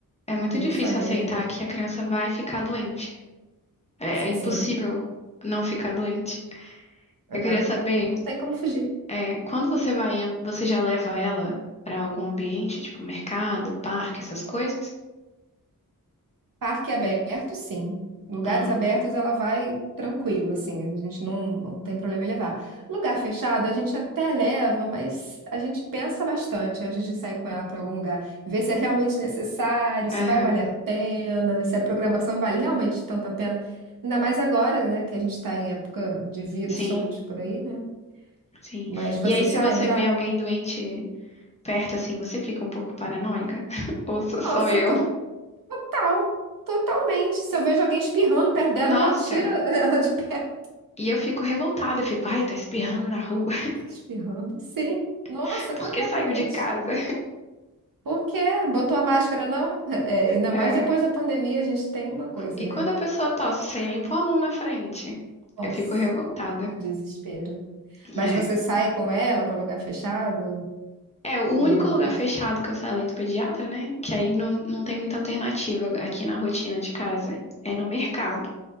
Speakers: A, on the left; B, on the right.
A: É muito
B: Tem
A: difícil
B: que saber.
A: aceitar que a criança vai ficar doente. É, é impossível
B: Sim.
A: não ficar doente.
B: É.
A: Eu queria saber.
B: Não tem como fugir.
A: É, quando você vai, em- você já leva ela pra algum ambiente, tipo mercado, parque, essas coisas?
B: Parque aberto, sim. Lugares
A: Aham.
B: abertos, ela vai tranquila, assim. A gente não, não tem problema em levar. Lugar fechado, a gente até leva, mas a gente pensa bastante antes de sair com ela para algum lugar. Ver se é realmente necessário, se
A: Aham.
B: vai valer a pena, se a programação vale realmente tanto a pena. Ainda mais agora, né, que a gente está em época de vírus
A: Sim,
B: soltos por aí, né?
A: sim.
B: Mas vocês
A: E aí, se
B: saem
A: você
B: já?
A: vê alguém doente perto, assim, você fica um pouco paranoica? <laughs> Ou sou só
B: Nossa,
A: eu?
B: to- total. Totalmente. Se eu vejo alguém espirrando perto dela,
A: Nossa,
B: eu já tiro <laughs> ela de perto.
A: e eu fico revoltada, eu fico, ai, tá espirrando na rua,
B: Tá espirrando? Sim. Nossa,
A: <laughs> porque
B: completamente.
A: saiu de casa.
B: Por quê? Botou a máscara, não? É, ainda
A: É.
B: mais depois da pandemia, a gente tem uma coisa,
A: E
B: né?
A: quando a pessoa tosse sem nem pôr a mão na frente,
B: Nossa,
A: eu fico revoltada.
B: que desespero.
A: É.
B: Mas você sai com ela para lugar fechado,
A: É, o único
B: normalmente?
A: lugar fechado que eu saio além do pediatra, né? Que aí não, não tem muita alternativa aqui na rotina de casa. É no mercado.